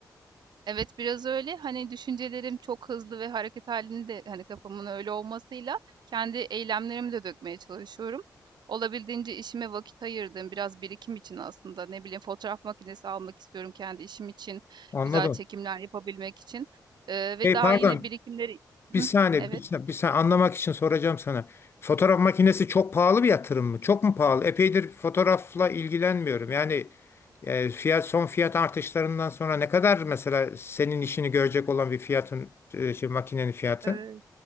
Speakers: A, on the right (about 80°); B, on the left (about 35°).
A: Evet, biraz öyle. Hani, düşüncelerim çok hızlı ve hareket hâlinde, hani, kafamın öyle olmasıyla kendi eylemlerimi de dökmeye çalışıyorum. Olabildiğince işime vakit ayırdım. biraz birikim için aslında, ne bileyim, fotoğraf makinesi almak istiyorum kendi işim için,
B: Anladım.
A: güzel çekimler yapabilmek için, eee, ve
B: hey
A: daha
B: pardon.
A: yine birikimleri
B: Bir
A: Hıh,
B: saniye,
A: evet.
B: bir saniye, bir saniye anlamak için soracağım sana. Fotoğraf makinesi çok pahalı bir yatırım mı? Çok mu pahalı? Epeydir fotoğrafla ilgilenmiyorum. Yani e, fiyat son fiyat artışlarından sonra ne kadar mesela senin işini görecek olan bir fiyatın e, şey, makinenin fiyatı?
A: Eee,